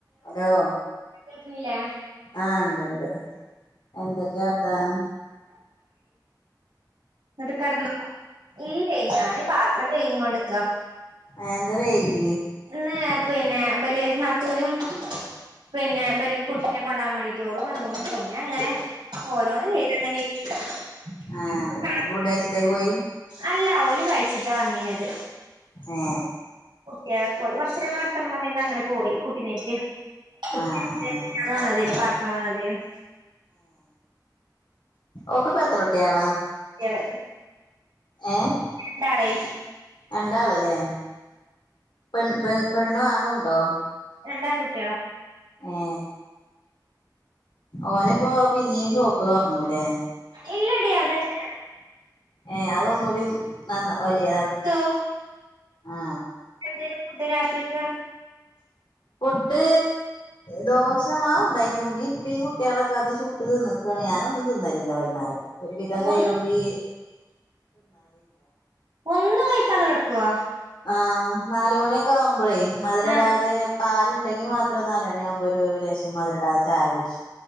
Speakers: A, on the left (about 75°); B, on the right (about 75°).
A: Hello
B: കേൾക്കുന്നില്ലേ
A: ആ ഉണ്ട്ണ്ട് എന്തൊക്കെയാ വർഥാനം
B: എന്നിട്ട കടന്നോ ഇല്ലേ ഞാന് പാത്രം കഴികികൊണ്ട്ക്കാ
A: ആ എന്താ വൈകി
B: ഇന്ന് പിന്നെ ബല് നാത്തൂനും പിന്നെ ബ്നും കുട്ടിനെ കൊണ്ടാകൻ മാണ്ടീട്ട് വന്നു പിന്നെ അങ്ങനെ ഓരോന്ന് ചെയ്ത് അങ്ങനെ ഇരുന്ന്
A: ആഹ് ഓള് ഫുഡ് കഴിച്ചിട്ടേ പോയി
B: അല്ല ഓലും കഴിച്ചിട്ടാ വന്നീനത്
A: ഏ
B: ഓല് കുറച്ചേ നടത്തണം പറഞ്ഞന്ന് അങ്ങനെ പോയി കുട്ടിനേറ്റ് കുട്ടി
A: ആഹ് ആഹ്
B: വന്നതെ പറർക്കാൻ വന്നതോയ്നു
A: ഒക്കെ ഇപ്പം എത്ര കുട്ടിളാ
B: കുട്ടിആള്
A: ഏ
B: ഒരാളയ്
A: രണ്ടാള്ല്ലേ പെൺ പെ പെണ്ണും ആണുംഉണ്ടോ
B: രണ്ട് ആൺകുട്ടിളാ
A: ഏ ഓനി ഇപ്പോ പിന്നേും ഷോപ്പ് തുറന്നുല്ലേ
B: ഇല്ലടിയ അതന്നെ ആണ്
A: ഏ അതൊന്നുടി നന്ന വലിയതാ
B: ത്തു
A: ആ
B: എന്തേലും ഫുഡ് രാത്രിക്ക്
A: ഫുഡ് ദോഷമാവ ഉണ്ടായിന് ഉമ്മയും ഇ പ്പിം കുട്ടികളൊക്കെ അത് ചുട്ട് തിന്നക്കുകയാണ് ഞാന് ഒന്നും തിന്നലില്ല വൈകുന്നേരം ഒരു വിധം കഴിയുമെങ്കിൽ
B: ഒന്ന് ഒന്നും കഴിക്കാതെ കിടക്കോ
A: ആ നാല് മണിയൊക്കെ ആവുമ്പോളെ മധുര
B: ആഹ്
A: ഇടാതെ പാലുണ്ടെങ്കി മാത്ര എത്ര നാലണിയ ആവുമ്പോ ഒരു രേശം മധുര ഇടാതെ ചായ കുടിച്ചു